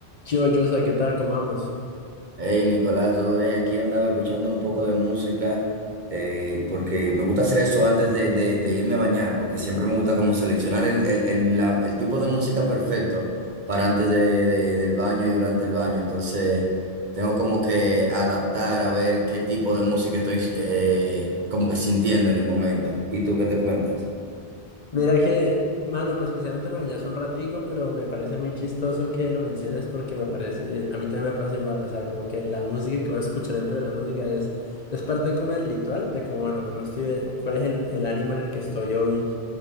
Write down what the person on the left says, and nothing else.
Chivo Joshua, ¿qué tal? ¿Cómo vamos?
Mira que, mano, pues especialmente me dañas un ratico, pero me parece muy chistoso que lo menciones porque me parece, eh, a mí también me pasa igual, o sea, como que la música que voy a escuchar dentro de la música es, es parte como del ritual, de como, bueno, cómo estoy, eh, cuál es el, el ánimo en el que estoy hoy,